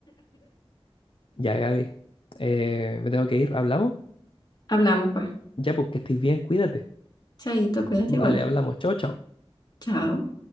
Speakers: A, on the left (about 60°); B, on the left (about 40°).
A: Ya, Gaby, eh, me tengo que ir. ¿Hablamos?
B: Hablamos pues.
A: Ya, pues que estés bien, cuídate.
B: Chaito, cuídate
A: Vale,
B: igual.
A: hablamos. Chao, chao.
B: Chao.